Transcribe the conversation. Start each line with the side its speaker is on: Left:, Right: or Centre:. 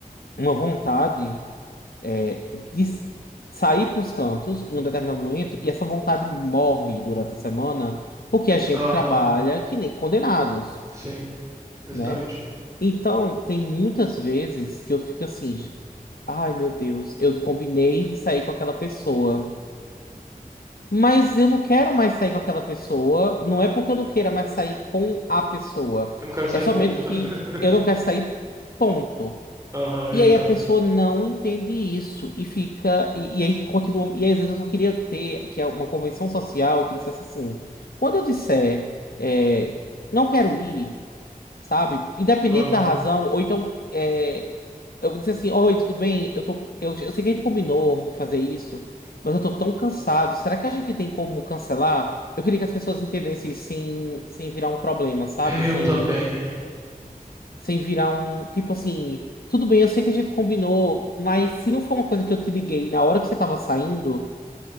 Left: uma vontade é, de s- sair pros cantos em um determinado momento e essa vontade morre durante a semana porque a gente
Right: Aham,
Left: trabalha que nem condenados,
Right: sim, exatamente.
Left: né? Então, tem muitas vezes que eu fico assim. Ai, meu Deus, eu combinei de sair com aquela pessoa, mas eu não quero mais sair com aquela pessoa. Não é porque eu não queira mais sair com a pessoa,
Right: Eu não quero sair,
Left: é somente
Right: ponto.
Left: que
Right: <laughs>
Left: eu não quero sair, ponto.
Right: Aham,
Left: E
Right: eu entendo.
Left: aí a pessoa não entende isso e fica, e, e aí continua. E aí às vezes eu só queria ter que é uma convenção social que dissesse assim: quando eu disser, é, não quero ir, sabe, independente
Right: Aham.
Left: da razão, ou então. eh, eu disse assim, oi, tudo bem? Eu tô, eu, eu sei que a gente combinou de fazer isso, mas eu tô tão cansado. Será que a gente tem como cancelar? Eu queria que as pessoas entendessem isso sem, sem virar um problema, sabe? Sem,
Right: Eu também.
Left: sem virar um, tipo assim, tudo bem, eu sei que a gente combinou, mas se não for uma coisa que eu te liguei na hora que você tava saindo,